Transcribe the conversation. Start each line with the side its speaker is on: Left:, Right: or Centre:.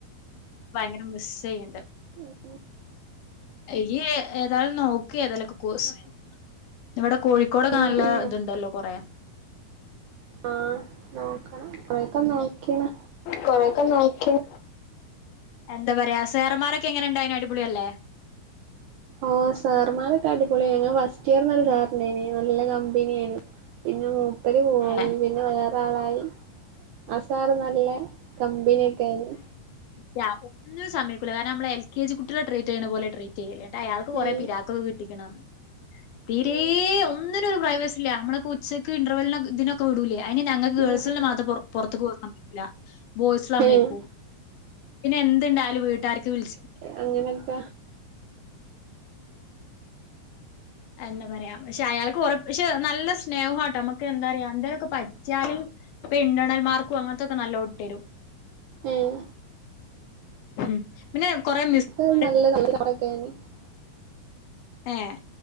Left: ഭയങ്കര മിസ്സെയ്യ്ണ്ട്
Right: ഉം
Left: ഇയ്യ് ഏതായാലും നോക്ക് ഏതേലൊക്കെ കോഴ്സ് ഇവടെ കോഴിക്കോടൊക്കെ
Right: ഉം
Left: നല്ല
Right: ഉം
Left: ഇത്ണ്ടല്ലോ കൊറെ
Right: ആഹ് നോക്കണം അയ് <unintelligible> നോക്കിണ്
Left: കൊറെക്കെ നോക്കിണ് എന്താ പറയാ സേറമാരൊക്കെ എങ്ങനെ ഇണ്ടായീനി അടിപൊളിയല്ലേ
Right: ഓഹ്‌ സാർമാരൊക്കെ അടിപൊളിയേനു ഫസ്റ്റ് ഇയർന്നൊരു സാർണ്ടേനി നല്ല കമ്പനിയേനു പിന്നെ മൂപ്പര് പോയി
Left: ഏഹ്
Right: പിന്നെ വേറെ ആളായി ആ സാറ് നല്ല കമ്പനി ഒക്കെ ഏനി
Left: ഞാ ഒന്നിനും സമ്മയ്ക്കൂല കാരണം ഞമ്മളെ എൽ കെ ജി കുട്ടിയേളെ ട്രീറ്റ് ചെയ്യ്ണ പോലേ ട്രീറ്റ് ചെയ്യല് ഇന്നട്ട് അയാൾക്ക് കുറെ
Right: ഏഹ്
Left: പിരാ കൊക്കെ കിട്ടിക്ക്ണോ തീരേ
Right: ഏഹ്
Left: ഒന്നിനും ഒരു പ്രൈവസി ഇല്ല ഞമ്മള്പ്പു ച്ചക്ക് ഇന്റർവെല്ല ഇതിനൊക്കെ വിടൂലേ അയ്ന് ഞങ്ങക്ക്
Right: ഉം
Left: ഗേൾസിന്
Right: ഉം
Left: മാത്രം പൊർ പൊർത്ത്ക്ക് വിട്ണം ല്ല ബോയ്സ്ളെ സമ്മയ്ക്കും
Right: ഏഹ്
Left: പിന്നെ എന്ത്ണ്ടായാലും വീട്ടാർക്ക് വിള്ച്ച്
Right: അങ്ങനൊക്ക
Left: എന്താ പറയാ പക്ഷെ അയാൾക്ക് കൊറ പക്ഷെ നല്ല സ്നേഹും ആട്ടോ നമ്മക്ക് എന്താ പറയാ എന്തേലൊക്കെ പട്ച്ചാല് ഇപ്പം ഇന്റേർണൽ മാർക്കും അങ്ങൻത്തൊക്കെ നല്ലോം ഇട്ടെരും
Right: ഏഹ്
Left: ഉം പിന്നെ കൊറെ മിസ്മാര്
Right: ഞങ്ങക്ക് <unintelligible>
Left: ഏഹ്